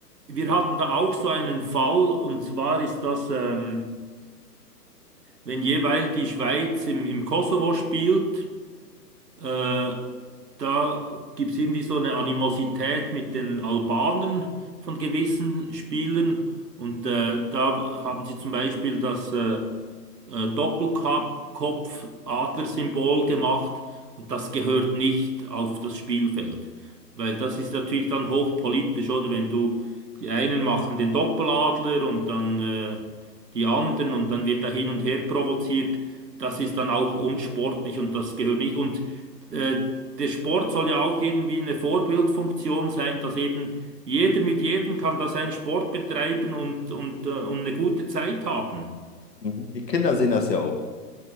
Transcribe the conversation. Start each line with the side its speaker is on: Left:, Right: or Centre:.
Right: wir hatten da auch so einen Fall und zwar ist das... Ähm, wenn jeweils die Schweiz im, im Kosovo spielt, äh, da gibt es irgendwie so eine Animosität mit den Albanern von gewissen Spielern. Und äh, da haben sie zum Beispiel das äh, äh, Doppelkopf, Adlersymbol gemacht und das gehört nicht auf das Spielfeld. Weil das ist natürlich dann hochpolitisch, oder? Wenn du, die einen machen den Doppeladler und dann äh, die anderen und dann wird da hin und her provoziert. Das ist dann auch unsportlich und das gehört nicht. Und äh, der Sport soll ja auch irgendwie eine Vorbildfunktion sein, dass eben jeder mit jedem kann da seinen Sport betreiben und, und, äh, und eine gute Zeit haben.
Left: Mhm. Die Kinder sehen das ja auch.